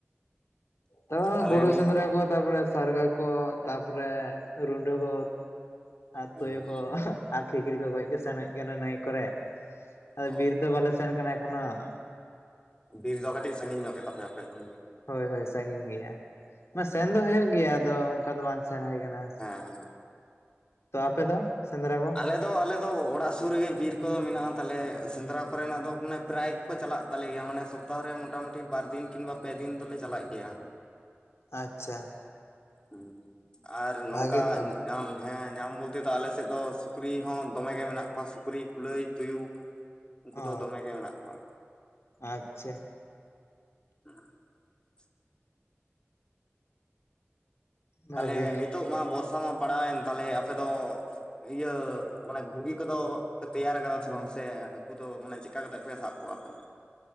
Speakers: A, on the left; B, on the left.
A: <inaudible>
B: ᱛᱟᱦᱚᱞᱮ
A: ᱜᱩᱰᱩ
B: ᱱᱤᱭᱟᱹ
A: ᱥᱮᱸᱫᱽᱨᱟ ᱠᱚ ᱛᱯᱚᱨᱮ ᱥᱟᱨᱜᱟ ᱠᱚ ᱛᱟᱯᱚᱨᱮ ᱨᱩᱱᱰᱟᱹ ᱠᱚ᱾ ᱟᱨ
B: ᱦᱩᱸ
A: ᱛᱳᱭᱳ ᱠᱚ ᱟᱨ ᱠᱷᱤᱠᱲᱤ ᱠᱚ ᱜᱚᱡᱽ ᱠᱚ ᱥᱮᱱ ᱦᱩᱭᱩᱜ ᱜᱮᱭᱟ ᱚᱱᱟ ᱱᱟᱹᱭ ᱠᱚᱨᱮ᱾ ᱟᱨ
B: ᱚ
A: ᱵᱤᱨ ᱫᱚ ᱵᱟᱞᱮ ᱥᱮᱱ ᱟᱠᱟᱱᱟ ᱮᱠᱷᱚᱱ ᱦᱚᱸ᱾
B: ᱵᱤᱨ ᱫᱚ ᱠᱟᱹᱴᱤᱡ ᱥᱟᱺᱜᱤᱧ ᱧᱚᱜ ᱜᱮ ᱛᱟᱯᱮ ᱟᱯᱮ ᱫᱚᱢ
A: ᱦᱳᱭ ᱦᱳᱭ ᱥᱟᱺᱜᱤᱧ ᱜᱮᱭᱟ, ᱥᱮᱱ ᱫᱚ ᱦᱩᱭᱩᱜ ᱜᱮᱭᱟ ᱟᱫᱚ ᱚᱱᱠᱟ ᱫᱚ ᱵᱟᱝ ᱥᱮᱱ ᱦᱩᱭ ᱟᱠᱟᱱᱟ᱾
B: ᱦᱮᱸ
A: ᱛᱚ ᱟᱯᱮ ᱫᱚ ᱥᱮᱸᱫᱽᱨᱟ ᱠᱚ?
B: ᱟᱞᱮᱫᱚ ᱟᱞᱮᱫᱚ ᱚᱲᱟᱜ ᱥᱩᱨ ᱨᱮᱜᱮ ᱵᱤᱨ ᱠᱚᱫᱚ ᱢᱮᱱᱟᱜᱼᱟ ᱛᱟᱞᱮ ᱥᱮᱸᱫᱽᱨᱟ ᱠᱚᱨᱮᱱᱟᱜ ᱫᱚ ᱢᱟᱱᱮ ᱯᱨᱟᱭ, ᱠᱚ ᱪᱟᱞᱟᱜ ᱛᱟᱞᱮ ᱜᱮᱭᱟ᱾ ᱢᱟᱱᱮ ᱥᱚᱯᱛᱟᱦ ᱨᱮ ᱢᱚᱴᱟᱢᱩᱴᱤ ᱵᱟᱨ ᱫᱤᱱ ᱠᱤᱱᱵᱟ ᱯᱮ ᱫᱤᱱ ᱫᱚᱞᱮ ᱪᱟᱞᱟᱜ ᱜᱮᱭᱟ᱾
A: ᱟᱪᱪᱷᱟ᱾
B: ᱦᱩᱸ ᱟᱨ ᱱᱚᱝᱠᱟ
A: ᱵᱷᱟᱜᱮ ᱛᱚ
B: ᱧᱟᱢ, ᱦᱮᱸ ᱧᱟᱢ ᱵᱚᱞᱛᱮ ᱫᱚ ᱟᱞᱮᱥᱮᱫ ᱫᱚ ᱥᱩᱠᱨᱤ ᱦᱚᱸ ᱫᱚᱢᱮ ᱜᱮ ᱢᱮᱱᱟᱜ ᱠᱚᱣᱟ ᱥᱩᱠᱨᱤ ᱠᱩᱞᱟᱹᱭ ᱛᱩᱭᱩ᱾ ᱩᱱᱠᱩ
A: ᱚ
B: ᱫᱚ ᱫᱚᱢᱮ ᱜᱮ ᱢᱮᱱᱟᱜ ᱠᱚᱣᱟ᱾
A: ᱟᱪᱪᱷᱟ᱾
B: <inaudible>
A: ᱵᱷᱟᱜᱮ
B: ᱛᱟᱞᱦᱮ ᱱᱤᱛᱚᱜ ᱢᱟ ᱵᱚᱨᱥᱟ ᱢᱟ ᱯᱟᱲᱟᱣᱮᱱ ᱛᱟᱞᱦᱮ ᱟᱯᱮ ᱫᱚ, ᱤᱭᱟᱹ ᱢᱟᱱᱮ ᱜᱷᱩᱜᱤ ᱠᱚᱫᱚ ᱯᱮ ᱛᱮᱭᱟᱨ ᱠᱟᱫᱟ ᱥᱮ ᱵᱟᱝ? ᱥᱮ ᱦᱟᱹᱠᱩ ᱫᱚ ᱢᱟᱱᱮ ᱪᱮ ᱪᱮᱠᱟ ᱠᱟᱛᱮ ᱯᱮ ᱥᱟᱵ ᱠᱚᱣᱟ ᱟᱯᱮ ᱫᱚ?